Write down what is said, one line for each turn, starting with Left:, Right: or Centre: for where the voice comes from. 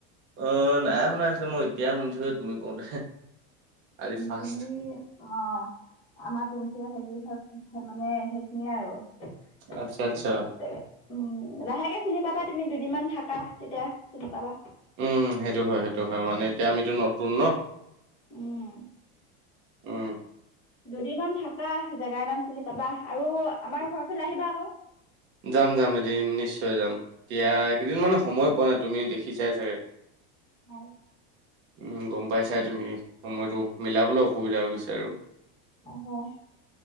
Right: অ নাই শুনা নাছিলোঁ মই এতিয়া শুনিছোৱে তুমি কওঁতে, আজি ফাৰ্ষ্ট।
Left: তুমি অ আমাৰ তিনিচুকীয়াত হেইকেখনত হে মানে হেৰি নিয়ে আৰু। <unintelligible>
Right: আচ্ছা আচ্ছা
Left: উম লাহেকে চিনি পাবা তুমি দুদিনমান থাকা তেতিয়া চিনি পাবা।
Right: উম সেইটো হয় সেইটো হয়, মানে এতিয়া আমিতো নতুন নহ।
Left: উম
Right: উম।
Left: দুদিনমান থাকা জেগাৰ নাম চিনি পাবা, আৰু আমাৰ ঘৰৰ ফালে আহিবা আকৌ।
Right: যাম যাম এদিন নিশ্চয় যাম, এতিয়া কেইদিন মানে সময় পোৱা নাই তুমি দেখি চাই চাগে।
Left: হয়।
Right: উম গম পাই চাই তুমি, সময়টো মিলাবলৈ অসুবিধা হৈ গৈছে আৰু।
Left: অ হয়